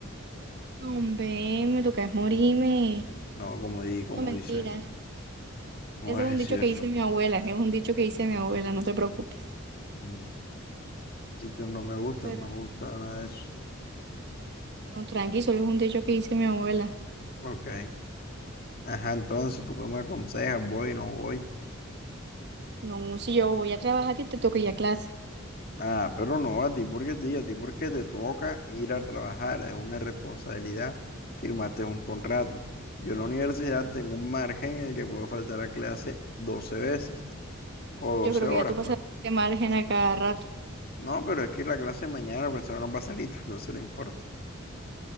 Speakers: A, on the right; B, on the left.
A: No, hombre, me toca es morirme.
B: No, como di, como
A: No, mentira.
B: dice, no
A: Ese
B: es
A: es un
B: así
A: dicho
B: eso.
A: que dice mi abuela. Es un dicho que dice mi abuela, no te preocupes.
B: Mm, Chichos no me gustan,
A: Pero
B: no me gusta nada de eso.
A: no, tranqui, solo es un dicho que dice mi abuela.
B: Ok. Ajá, entonces, ¿tú qué me aconsejas? ¿Voy, no voy?
A: No, si yo voy a trabajar, a ti te toca ir a clase.
B: Ah, pero no, a ti porque te, a ti porque te toca ir a trabajar, es una responsabilidad, firmaste un contrato. Yo en la universidad tengo un margen en el que puedo faltar a clase 12 veces o
A: Yo
B: 12
A: creo
B: horas,
A: que ya tú pasaste
B: pues.
A: este margen a cada rato.
B: No, pero es que la clase de mañana la profesora no va a salir, <laughs> no se le importa.